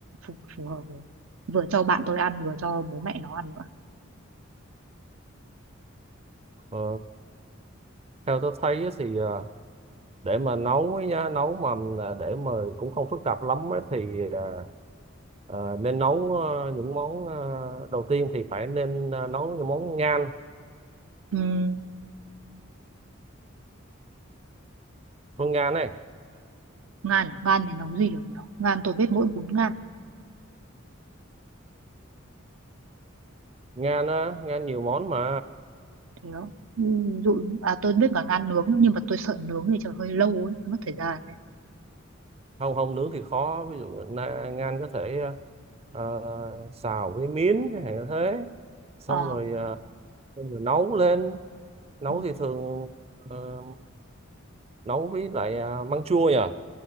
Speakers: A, on the right (about 85°); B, on the right (about 30°).
A: phù, phù hợp được vừa cho bạn tôi ăn vừa cho bố mẹ nó ăn nữa
B: ờ, theo tôi thấy á thì ờ, để mà nấu ấy nha nấu mà à, để mà cũng không phức tạp lắm ấy, thì à, Ờ, nên nấu ờ, những món ờ, đầu tiên thì phải nên ờ, nấu những món ngan
A: Ừm,
B: món ngan này
A: ngan à? ngan thì nấu gì được nhỉ ngan tôi biết mỗi bún ngan
B: ngan á ngan nhiều món mà
A: thế đó ví dụ à tôi biết cả ngan nướng nữa, nhưng mà tôi sợ nướng thì chờ hơi lâu ấy mất thời gian đấy
B: không không nướng thì khó ví dụ na- ngan có thể ờ, xào với miến chẳng hạn như thế xong
A: ờ
B: rồi, ờ, xong rồi nấu lên nấu
A: ừ,
B: thì thường ờ, nấu với lại ờ, măng chua nhỉ